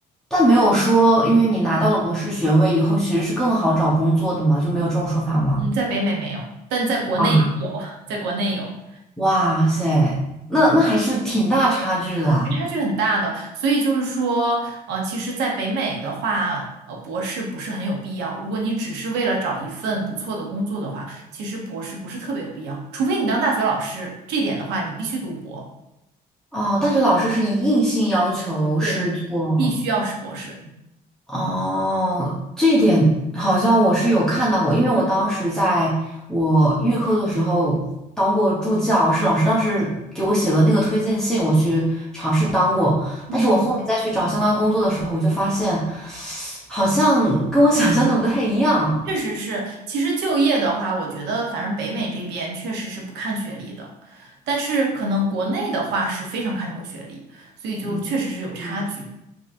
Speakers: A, in the centre; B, on the right.
A: 但没有说因为你拿到了博士学位以后其实是更好找工作的嘛，就没有这种说法吗？
B: 嗯，在北美没有，但在国内有，
A: 啊，
B: 在国内有。
A: 哇塞，那那还是挺大差距的啊！
B: 对差距很大的，所以就是说，呃，其实，在北美的话，呃，博士不是很有必要。如果你只是为了找一份不错的工作的话，其实博士不是特别有必要，除非你当大学老师，这点的话，你必须读博，
A: 哦，大学老师是以硬性要求是做。
B: 对，必须要是博士。
A: 哦，这一点好像我是有看到过，因为我当时在我预科的时候当过助教，是老师当时给我写了那个推荐信，我去尝试当过。
B: 嗯，
A: 但是我后面再去找相关工作的时候，我就发现好像跟我想象的不太一样。
B: 确实是，其实就业的话，我觉得反正北美这边确实是不看学历的，但是可能国内的话是非常看重学历，所以就确实是有差距。
A: 嗯嗯。